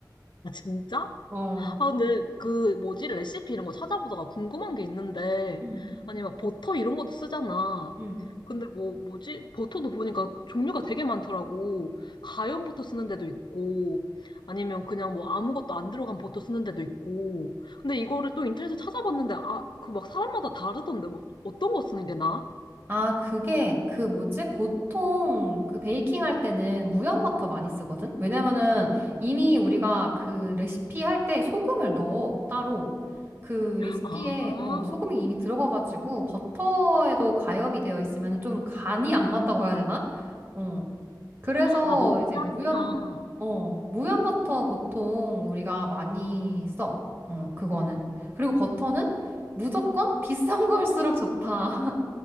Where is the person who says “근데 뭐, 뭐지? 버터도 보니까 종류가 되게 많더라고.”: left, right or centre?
Left